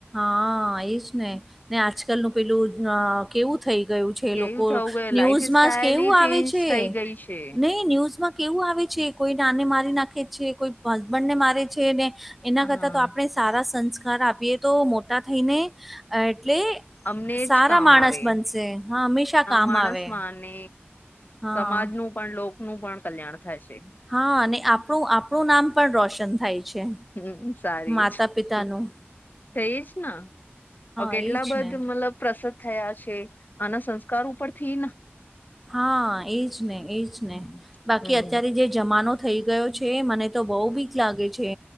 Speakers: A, in the centre; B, on the left.
A: હા, એજ ને ને આજકાલ ન પેલું કેવું થઈ ગયું છે,
B: કેવું
A: લોકો
B: થવું કે
A: ન્યૂઝમાં
B: લાઈફ સ્ટાઈલ
A: કેવું આવે
B: ચેન્જ
A: છે
B: થઈ ગઈ છે
A: નહી ન્યૂઝમાં કેવું આવે છે, કોઈ નાને મારી નાખે છે કોઈ હસબન્ડ ને મારે છે ને એના
B: હા
A: કરતા તો આપણે સારા સંસ્કાર આપીએ તો મોટા થઈને એટલે
B: અમને
A: સારા
B: જ કામ
A: માણસ
B: આવે
A: બનશે, હા હંમેશા કામ
B: માણસમાં
A: આવે
B: અને
A: હા.
B: સમાજનું પણ લોકનું પણ કલ્યાણ થાય છે.
A: હા, અને આપણું આપણું નામ પણ રોશન થાય છે,
B: હમ સારી
A: માતા
B: જ
A: પિતા નું
B: થઈ જ ને કેટલા
A: એજ
B: બધ
A: ને.
B: મતલબ પ્રસધ થયા છે, આના સંસ્કાર ઉપર થી
A: હા, એજ ને એજ
B: હમ
A: ને બાકી
B: હું
A: અત્યારે જે જમાનો થઈ ગયો છે, મને તો બહુ ભીક લાગે છે,